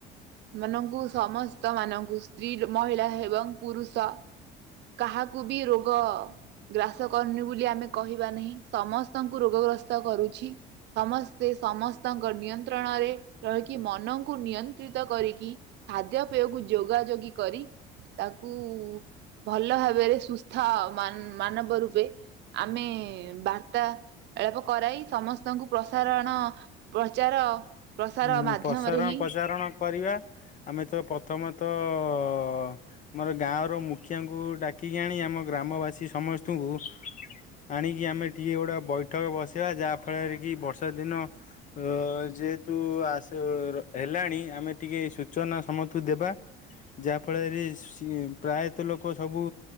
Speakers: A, on the right; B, on the left.
A: ମାନଙ୍କୁ ସମସ୍ ସ୍ତ ମାନଙ୍କୁ ସ୍ତ୍ରୀ ମହିଳା ଏବଂ ପୁରୁଷ କାହାକୁ ବି ରୋଗ ଗ୍ରାସ କରନି ବୋଲି ଆମେ କହିବା ନାହିଁ ସମସ୍ତଙ୍କୁ ରୋଗ ଗ୍ରସ୍ତ କରୁଛି ସମସ୍ତେ ସମସ୍ତଙ୍କ ନିୟନ୍ତ୍ରଣରେ ରହିକି ମନକୁ ନିୟନ୍ତ୍ରିତ କରିକି ଖାଦ୍ୟ ପେୟକୁ ଯୋଗା ଯୋଗୀ କରି ତାକୁ ଉ - ଭଲ ଭାବେରେ ସୁସ୍ଥ ମାନ ମାନବ ରୂପେ ଆମେ ବାର୍ତ୍ତା ଳାପ କରାଇ ସମସ୍ତଙ୍କୁ ପ୍ରସାରଣ ପ୍ରଚାର ପ୍ରସାର
B: ହୁଁ
A: ମାଧ୍ୟମରେ
B: ପସାରଣ
A: ହିଁ
B: ପଚାରଣ କରିବା ଆମେ ତ ପ୍ରଥମତ ଅ ଆମର ଗାଁଅର ମୁଖିଆଙ୍କୁ ଡାକିକି ଆଣି ଆମ ଗ୍ରାମବାସୀ ସମସ୍ତଙ୍କୁ ଆଣିକି ଆମେ ଟିକେ ଗୋଟେ ବୈଠକ ବସେଇବା ଯାହାଫଳରେ କି ବର୍ଷା ଦିନ ଅ ଯେ- ତୁ ଆସ ର ହେଲାଣି ଆମେ ଟିକେ ସୂଚନା ସମସ୍ତଙ୍କୁ ଦେବା ଯାହାଫଳରେ ସି ପ୍ରାୟତଃ ଲୋକ ସବୁ